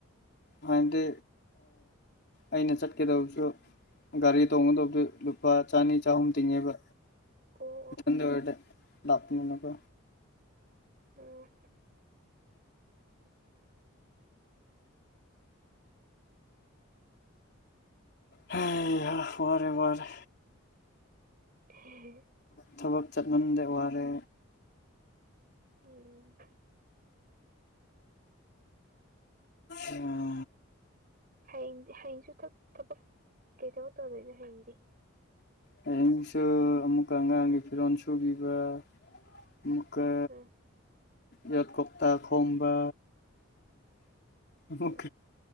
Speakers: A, on the left; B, on the right.
A: ꯍꯥꯟꯅꯗꯤ ꯑꯩꯅ ꯆꯠꯀꯗꯕꯁꯨ ꯒꯥꯔꯤ ꯇꯣꯡꯒꯗꯕꯗꯨ ꯂꯨꯄꯥ ꯆꯅꯤ ꯆꯍꯨꯝ ꯇꯤꯡꯉꯦꯕ
B: ꯑꯣ
A: ꯏꯊꯟꯗ ꯑꯣꯏꯔꯗ ꯂꯥꯛꯄꯅꯤꯅꯀꯣ
B: ꯑꯣꯝ
A: ꯍ ꯋꯥꯔꯦ ꯋꯥꯔꯦ
B: ꯎꯝ
A: ꯊꯕꯛ ꯆꯠꯂꯝꯗꯦ ꯋꯥꯔꯦ
B: ꯎꯝ
A: ꯎꯝ
B: ꯍꯌꯦꯡ ꯍꯌꯦꯡꯁꯨ ꯊꯕꯛ ꯀꯩ ꯊꯕꯛ ꯇꯧꯗꯣꯏꯅꯣ ꯍꯌꯦꯡꯗꯤ
A: ꯍꯌꯦꯡꯁꯨ ꯑꯃꯨꯛꯀ ꯑꯉꯥꯡꯒꯤ ꯐꯤꯔꯣꯜ ꯁꯨꯕꯤꯕ ꯑꯃꯨꯒ
B: ꯎꯝ
A: ꯌꯠ ꯀꯣꯛꯇꯥ ꯈꯣꯝꯕꯥ ꯃ
B: ꯎꯝ